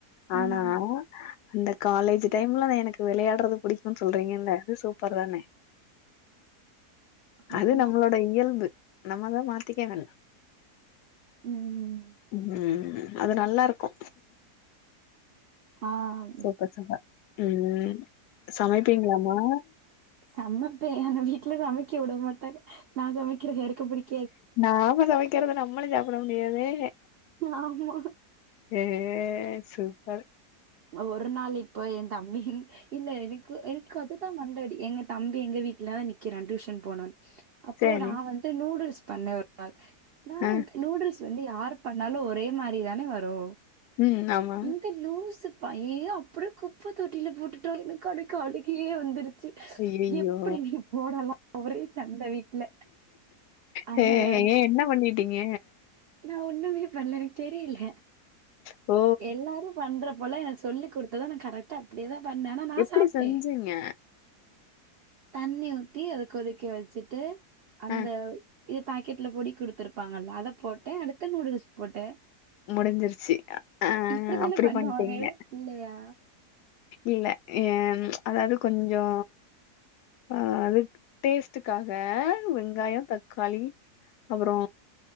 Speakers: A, on the left; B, on the right.
A: ஆனா
B: ம்
A: அந்த காலேஜி டைம்லவே எனக்கு வெளையாட்றது புடிக்கூன் சொல்றீங்கல்ல அது சூப்பர் தானே
B: ஆமா
A: அது நம்மளோட இயல்பு நம்மதா மாத்திக்க வேண்
B: ம் ம்
A: உம் அது நல்லா இருக்கு
B: ஆஹ்
A: சூப்பர் சூப்பர் உம் சமைப்பீங்ளாமா
B: சமப்பே அனா வீட்ல சமைக்க விட மாட்டாங்க நா சமைக்கிறது யாருக்கு புடிக்
A: நாம சமைக்கிறத நம்மளு சாப்புட முடியாதே
B: ஆமா
A: ஏ சூப்
B: ஒரு நாள் இப்ப ஏ தம்பியின் இல்ல எனக்கு எனக்கு அதுதா மண்ட அடி எங்க தம்பி எங்க வீட்லதா நிக்கிறா டியூஷன் போனொன் அப்போ
A: சரி
B: நா வந்த் து நூடுல்ஸ் பண்ண ஒரு நாள் நா
A: ஆ
B: வந்து நூடுல்ஸ் வந்து யாரு பண்ணாலு ஒரே மாரி தானே வரு
A: ம் ஆமா
B: இங்க லூஸுப் பையெ அப்புடேக் குப்பத் தொட்டியில போட்டுட்டா எனக் கனக்கு அழுகையே வந்துருச்சி
A: ஐயையோ
B: எப்டி நீ போடலா ஒரே சண்ட வீட்ல அன்னையில
A: ஹே ஏ என்ன பண்ணிட்டீங்க
B: நா ஒண்ணுமே பண்ல எனக் தெரியல
A: ஓ
B: எல்லாரு பண்றப்பொலா எனக் சொல்லி குடுத்தாதா நா கரெட்டா அப்டியேதா பண்ணே ஆனா நா
A: எப்படி
B: சாப்ட்டே
A: செஞ்சீங்க
B: தண்ணி ஊத்தி அத கொதிக்க வச்சிட்டு அந்த
A: ஆ
B: இது பாக்கெட்ல பொடி குடுத்துருப்பாங்கல்ல அத போட்டே அடுத்து நூடுல்ஸ் போட்டே
A: முடிஞ்சிருச்சி ஆ
B: இப்படிதானே
A: அப்டி
B: பண்ணுவாங்க
A: பண்ட்டிங்க
B: இல்லையா
A: இல்ல ஏ அதாவது கொஞ்சோ ஆஹ் அதுக் டேஸ்ட்டுக்காக வெங்காயோ தக்காளி அப்பறோ